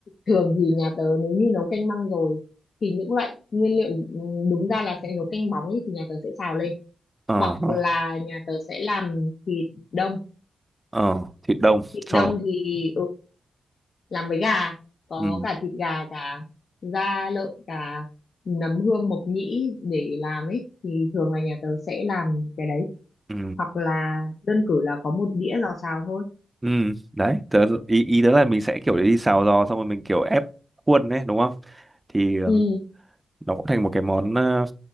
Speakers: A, on the left; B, on the right.
A: thường thì nhà tớ nếu như nấu canh măng rồi thì những loại nguyên liệu ừ, đúng ra là sẽ nấu canh bóng ấy, thì nhà tớ sẽ xào lên
B: ờ
A: hoặc
B: ờ
A: là nhà tớ sẽ làm thịt đông
B: ờ, thịt đông
A: thịt
B: cho
A: đông
B: nó
A: thì ừ, làm với gà có
B: ừ
A: cả thịt gà cả da lợn cả nấm hương mộc nhĩ để làm ấy thì thường là nhà tớ sẽ làm cái đấy
B: ừ
A: hoặc là đơn cử là có một đĩa lò xào thôi
B: Ừ, đấy, tớ, ý, ý tớ là mình sẽ kiểu đi xào giò xong rồi mình kiểu ép khuôn đấy, đúng không? Thì ờ,
A: ừ,
B: nó cũng thành một cái món ờ,